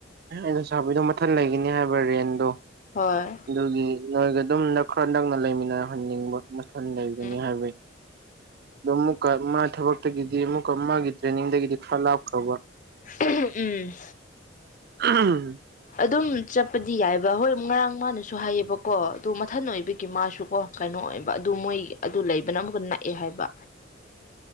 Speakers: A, on the right (about 50°); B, on the left (about 40°).
A: ꯑꯩꯅ ꯁꯥꯕꯤꯗꯣ ꯃꯊꯟ ꯂꯩꯒꯅꯤ ꯍꯥꯏꯕ꯭ꯔ ꯔꯦꯟꯗꯣ
B: ꯍꯣꯏ
A: ꯑꯗꯨꯒꯤ ꯅꯣꯏꯒ ꯑꯗꯨꯝ ꯅꯛ ꯈꯔ ꯅꯛꯅ ꯂꯩꯃꯤꯟꯅꯍꯟꯅꯤꯡꯕ ꯃꯊꯟ ꯂꯩꯒꯅꯤ
B: ꯎꯝ
A: ꯍꯥꯏꯕꯩ ꯑꯗꯨꯨꯃꯨꯛ ꯀ ꯃꯥ ꯊꯕꯛꯇꯒꯤꯗꯤ ꯑꯃꯨꯛꯀ ꯃꯥꯒꯤ ꯇ꯭ꯔꯦꯅꯤꯡꯗꯒꯤꯗꯤ ꯈꯔ ꯂꯥꯞꯈ꯭ꯔꯕꯣ
B: ꯎꯝ
A: <unintelligible>
B: ꯑꯗꯨꯝ ꯆꯠꯄꯗꯤ ꯌꯥꯏꯑꯦꯕ ꯍꯣꯏ ꯉꯔꯥꯡ ꯃꯥꯅꯁꯨ ꯍꯥꯏꯌꯦꯕ ꯀꯣ ꯑꯗꯨ ꯃꯊꯟ ꯑꯣꯏꯕꯒꯤ ꯃꯥꯁꯨ ꯀꯣ ꯀꯩꯅꯣ ꯑꯣꯏꯕ ꯑꯗꯨ ꯃꯣꯏ ꯑꯗꯨ ꯂꯩꯕꯅ ꯑꯃꯨꯛꯀ ꯅꯛꯑꯦ ꯍꯥꯏꯕ